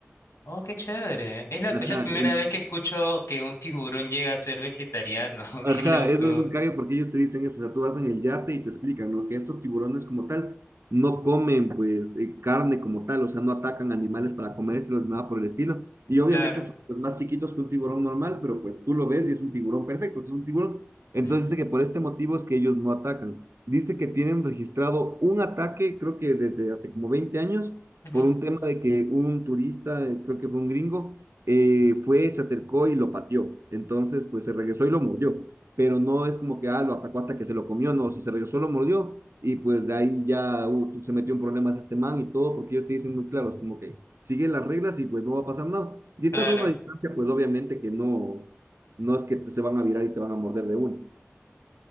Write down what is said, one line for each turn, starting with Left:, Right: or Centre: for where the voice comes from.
Left: oh, qué chévere. Es la,
Right: Ajá,
Left: es la primera
Right: en-
Left: vez que escucho que un tiburón llega a ser vegetariano. <laughs>
Right: Ajá,
Left: Qué loco.
Right: eso es un cambio porque ellos te dicen eso, o sea, tú vas en el yate y te explican, ¿no? Que estos tiburones como tal no comen pues eh, carne como tal, o sea, no atacan animales para comérselos, nada por el estilo. Y obviamente
Left: Claro.
Right: son pues, más chiquitos que un tiburón normal, pero pues tú lo ves y es un tiburón perfecto, es un tiburón. Entonces
Left: Mm,
Right: dice que por este motivo es que ellos no atacan. Dice que tienen registrado un ataque, creo que desde hace como 20 años,
Left: ujú,
Right: por un tema de que un turista, eh, creo que fue un gringo, eh, fue, se acercó y lo pateó. Entonces, pues se regresó y lo mordió pero no es como que, ah, lo atacó hasta que se lo comió, no, o sea, se regresó, lo mordió y pues de ahí ya uh, se metió en problemas este man y todo, porque ellos te dicen muy claros, como que sigue las reglas y pues no va a pasar nada. Y estás
Left: Claro.
Right: a una distancia, pues obviamente que no, no es que te, se van a virar y te van a morder de uno.